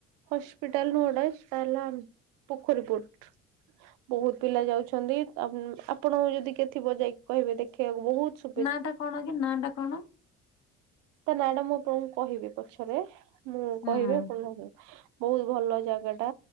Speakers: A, on the right; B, on the left.
A: ହସ୍ପିଟାଲ ରୋଡରେ ତାଲା ଆମ ପୋଖରୀ ପୁଟ୍ ବହୁତ ପିଲା ଯାଉଛନ୍ତି ଆପ ଆପଣ ଯଦି କେଥିବ ଯାଇ କହିବେ ଦେଖେଇବାକୁ ବହୁତ୍
B: ନା ଟା କଣ କି ନା ଟା କଣ।
A: ତା ନା ଟା ମୁଁ କ କହିବି ପଛରେ ମୁଁ
B: ହୁଁ
A: କହିବି
B: ହୁଁ
A: ଆପଣ ଭାବ ବହୁତ୍ ଭଲ ଜାଗା ଟା।